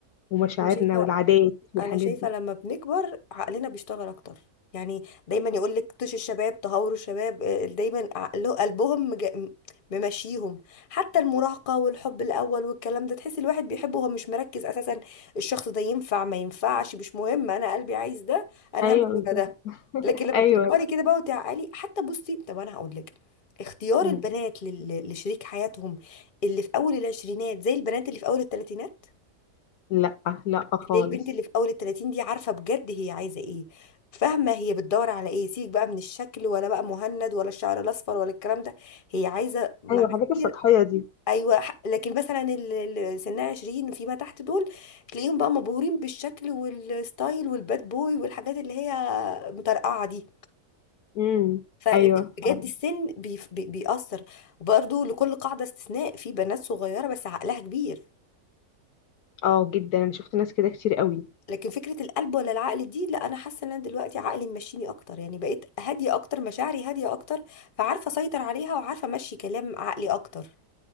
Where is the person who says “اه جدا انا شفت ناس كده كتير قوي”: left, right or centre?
Left